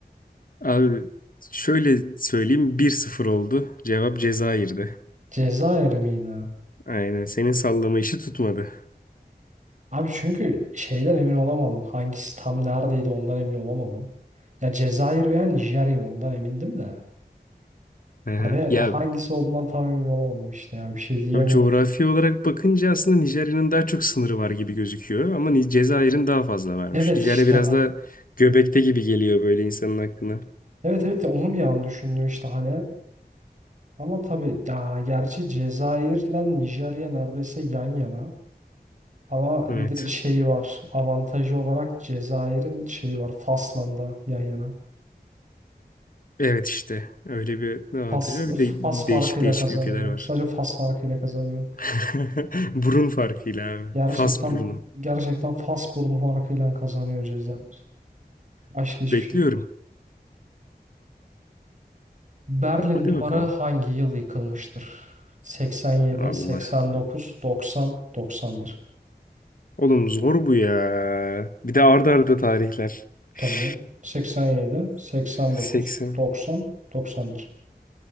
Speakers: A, on the left; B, on the right.
A: Abi şöyle söyleyeyim bir sıfır oldu. Cevap Cezayir'di.
B: Cezayir miydi?
A: Aynen senin sallama işi tutmadı.
B: Abi çünkü şeyden emin olamadım. Hangisi tam neredeydi ondan emin olamadım. Ya Cezayir veya Nijerya ondan emindim de.
A: Hı hı.
B: Hani hangisi
A: Ya
B: olduğundan tam emin olamadım işte ya bir şey diyemiyorum.
A: Abi coğrafi olarak bakınca aslında Nijerya'nın daha çok sınırı var gibi gözüküyor. Ama Ni- Cezayir'in daha fazla varmış.
B: Evet
A: Nijerya
B: işte
A: biraz da göbekte gibi geliyor böyle insanın aklına.
B: Evet evet ya onu bir an düşündüm işte hani. Ama tabii ya gerçi Cezayir'le Nijerya neredeyse yan yana. Ama
A: Evet.
B: dir- şeyi var. Avantajı olarak Cezayir'in şeyi var. Fas'la da yan yana.
A: Evet işte. Öyle bir avantajı
B: Fas,
A: var. Bir de
B: Fas farkıyla
A: değişik değişik
B: kazanıyor.
A: ülkeler var.
B: Sadece Fas farkıyla kazanıyor.
A: <laughs> Burun farkıyla abi.
B: Gerçekten
A: Fas burnu.
B: gerçekten Fas burnu farkıyla kazanıyor Cezayir. Başka hiçbir
A: Bekliyorum.
B: şey. değil. Berlin
A: Hadi
B: Duvarı
A: bakalım.
B: hangi yıl yıkılmıştır? 87,
A: Allah.
B: 89, 90, 91.
A: Oğlum zor bu ya. Bir de arda arda tarihler.
B: Tabii
A: <sighs>
B: canım. 87, 89,
A: 80.
B: 90, 91.